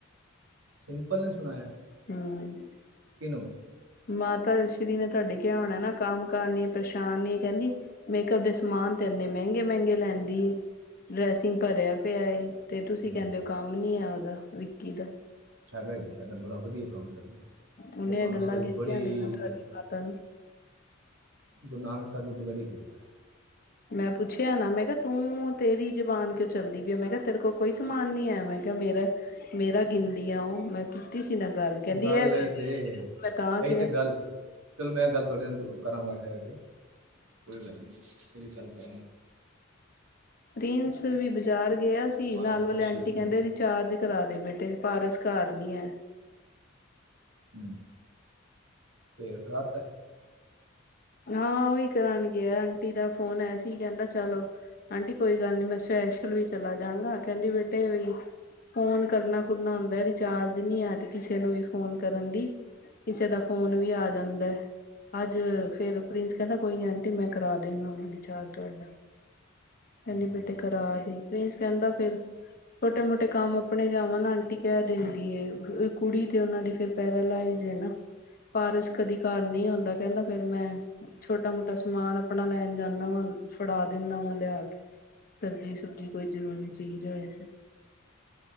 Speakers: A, on the right; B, on the left.
A: ਸਿੰਪਲ ਨੇ ਸੁਣਾਇਆ
B: ਹਮ
A: ਕਿਹਨੂੰ
B: ਮਾਤਾ ਸ਼੍ਰੀ ਨੇ ਤੁਹਾਡੇ ਕਿਹਾ ਆਉਣਾ ਨਾ ਕੰਮ ਕਰਨੀ ਪਰੇਸ਼ਾਨੀ ਕਹਿੰਦੀ ਮੇਕਅਪ ਦੇ ਸਮਾਨ ਤੇ ਇੰਨੇ ਮਹਿੰਗੇ ਮਹਿੰਗੇ ਲੈਂਦੀ ਡਰੈਸਿੰਗ ਭਰਿਆ ਪਿਆ ਤੇ ਤੁਸੀਂ
A: ਹਮ,
B: ਕਹਿੰਦੇ ਹੋ ਕੰਮ ਨੀ ਹੈ ਉਹਦਾ ਵਿਕੀ ਦਾ
A: ਹੈਗਾ ਜੀ ਸਾਡਾ ਬੜਾ ਵਧੀਆ ਕੰਮ ਚੱਲ ਰਿਹਾ
B: ਉਹਨੇ
A: ਗੁਰੂ ਨਾਨਕ
B: ਗੱਲਾਂ
A: ਸਾਹਿਬ ਦੀ
B: ਕੀਤੀਆਂ
A: ਬੜੀ
B: ਨੇ ਤੁਹਾਡੀ
A: ਕਿਰਪਾ ਹੈ।
B: ਮਾਤਾ ਨੂੰ
A: ਗੁਰੂ ਨਾਨਕ ਸਾਹਿਬ ਦੀ ਬੜੀ ਕਿਰਪਾ ਕੀਤੀ
B: ਮੈਂ ਪੁੱਛਿਆ ਨਾ ਮੈਂ ਕਿਹਾ ਤੂੰ ਤੇਰੀ ਜਬਾਨ ਕਿਉਂ ਚੱਲਦੀ ਪਈ ਆ ਮੈਂ ਕਿਹਾ ਤੇਰੇ ਕੋਲ ਕੋਈ ਸਮਾਨ ਨੀ ਆਇਆ ਮੈਂ ਕਿਹਾ ਮੇਰਾ ਗਿਣਦੀ ਆ ਉਹ ਮੈਂ ਕੀਤੀ ਸੀ ਨਾ ਗੱਲ ਕਹਿੰਦੀ
A: ਗੱਲ
B: ਇਹ
A: ਈ ਤੇ
B: ਮੈਂ ਤਾਂ
A: ਇਹੀ
B: ਕਿਹਾ
A: ਤੇ ਗੱਲ ਚਲੋ ਮੈਂ ਗੱਲ ਤੁਹਾਡੇ ਕਰਾਂਗਾ ਜ ਕੋਈ ਗੱਲ ਨੀ ਤੇਰੀ ਗੱਲ ਕਰ
B: ਪ੍ਰਿੰਸ ਵੀ ਬਾਜ਼ਾਰ ਗਿਆ ਸੀ
A: ਮਾਲਕ
B: ਨਾਲ ਵਾਲੇ
A: ਬਖਸ਼
B: ਆਂਟੀ
A: ਲੈ ਸਾਨੂੰ
B: ਕਹਿੰਦੇ ਰਿਚਾਰਜ ਕਰਾ ਦੇ ਬੇਟੇ ਪਾਰਸ ਘਰ ਨੀ ਹੈ
A: ਹਾਂ ਫਿਰ ਮੈਂ ਕਰਾ ਤਾ
B: ਹਾਂ ਉਓਹੀ ਕਰ ਗਿਆ ਆਂਟੀ ਦਾ ਫੋਨ ਐਸੀ ਕਹਿੰਦਾ ਚਲੋ ਆਂਟੀ ਕੋਈ ਗੱਲ ਨੀ ਮੈਂ ਸਪੈਸ਼ਲ ਵੀ ਚਲਾ ਜਾਗਾ ਕਹਿੰਦੀ ਬੇਟੇ ਵੀਈ ਫੋਨ ਕਰਨਾ ਕਰਨਾ ਕੁਰਨਾ ਹੁੰਦਾ ਰਿਚਾਰਜ ਨੀ ਹੈ ਅੱਜ ਕਿਸੇ ਨੂੰ ਵੀ ਫੋਨ ਕਰਨ ਲਈ ਕਿਸੇ ਦਾ ਫੋਨ ਵੀ ਆ ਜਾਂਦਾ ਅੱਜ ਫੇਰ ਪ੍ਰਿੰਸ ਕਹਿੰਦਾ ਕੋਈ ਨੀ ਆਂਟੀ ਮੈਂ ਕਰਾ ਦਿੰਦਾ ਹਾਂ ਰਿਚਾਰਜ ਤੁਹਾਡਾ
A: ਹੂੰ,
B: ਕਹਿੰਦੀ ਬੇਟੇ ਕਰਾ ਦੇ ਪ੍ਰਿੰਸ ਕਹਿੰਦਾ ਫਿਰ ਛੋਟੇ ਮੋਟੇ ਕੰਮ ਆਪਣੇ ਜਾਵਾਂ ਨਾ ਆਂਟੀ ਕਹਿ ਦਿੰਦੀ ਏ ਕੁੜੀ ਤੇ ਉਹਨਾ ਦੀ ਫੇਿਰ ਪੈਦਲ ਆਈ ਜਾਏ ਨਾ। ਪਾਰਸ ਕਦੀ ਘਰ ਨਹੀਂ ਆਉਂਦਾ ਕਹਿੰਦਾ ਫੇਰ ਮੈਂ ਛੋਟਾ ਮੋਟਾ ਸਮਾਨ ਆਪਣਾ ਲੈਣ ਜਾਂਦਾ ਵਾਂ ਫੜਾ ਦਿੰਦਾ ਵਾ ਲਿਆ ਕੇ ਸਬਜ਼ੀ ਸੁਬਜੀ ਕੋਈ ਜਰੂਰੀ ਚੀਜ਼ ਹੋਵੇ ਤੇ